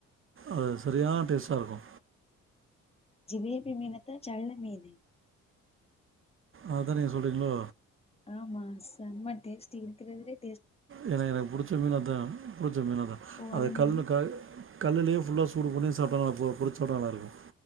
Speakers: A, on the right; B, on the left.
A: அ சரியா டேஸ்ட்டா இருக்கு
B: ஜிலேபி மீன்னத ஜள்ள மீன்
A: அதா நீங்க சொல்றீங்களோ
B: ஆமா செம டேஸ்டி இருக்கிறதிலயே
A: ஏன்னா எனக்கு பிடிச்ச மீன் அதா புடிச்ச மீன்னதா
B: ஓ
A: அத
B: அதை
A: கல்லுக்க
B: நீங்க
A: <inaudible> கல்லுேயே ஃபுல்லா சூடு பண்ணியு சாப்ட்டே <inaudible> பொறிச் சாப்ட்டா நல்லாருக்கு